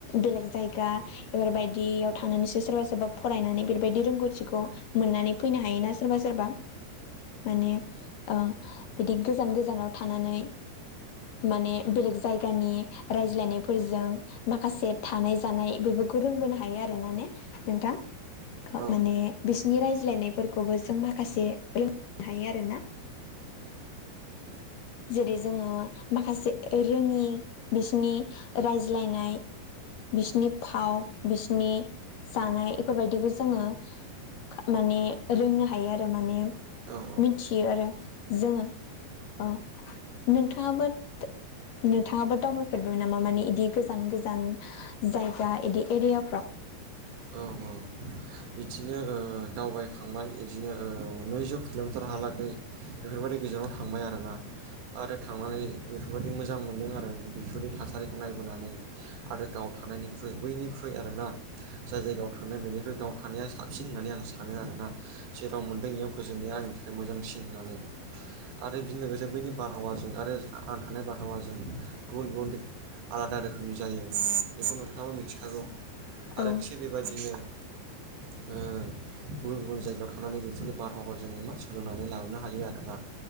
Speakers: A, on the left (about 65°); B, on the right (about 85°).
A: बेलेग जायगा इफोरबायदियाव थांनानैसो सोरबा सोरबा फरायनानै फोरबायदि रोंगौथिखौ मोननानै फैनो हायोना सोरबा सोरबा माने ओ बिदि गोजान गोजानाव थानानै माने बेलेग जायगानि रायज्लायनायफोरजों माखासे थानाय जानाय बेफोरखौ रोंबोनो हायो आरोना ने नोंथां
B: औ
A: माने बिसिनि रायज्लायनायफोरखौबो जों माखासे रोंनो हायो आरोना। जेरै जोङो माखासे रोङि बिसनि रायज्लायनाय बिसिनि फाव बिसनि जानाय इफोरबायदिखौ जोङो खा माने रोंनो हायो आरो माने
B: औ
A: मिथियो आरो जोङो। अ नोंथाङाबो नोंथाङाबो दावबायफेरबाय नामा माने इदि गोजान गोजान जायगा इदि एरियाफ्राव?
B: औ औ। बिदिनो ओ दावबायखांबाय इदिनो ओ नैजौ किल'मिटारहालागै बेफोरबायदि गोजानाव थांबाय आरोना आरो थांनानै बेफोरबायदि मोजां मोनदों आरो बेफोरबायदि थासारिखौ नायबोनानै। आरो गाव थानायनिख्रुइ बैनिख्रुइ आरोना जाय जायगायाव थांनाय बेनिख्रुइ गाव थानाया साबसिन होननानै आं सानो आरोना जेराव मोन्दों बेयाव गोजोननाया आंनि थाखाय मोजांसिन होननानै। आरो बिजों लोगोसे बैनि बारहावाजों आरो आं थानाय बारहावाजों गुबुन गुबुन दिफ आलादा रोखोमनि जायो बेखौ नोंथाङाबो मिथिखागौ
A: औ
B: आरो थिग बेबादिनो ओ गुबुन गुबुन जायगायाव थांनानै बिसोरनि बारहावा जोङो मा सोलोंनानै लाबोनो हायो आरोना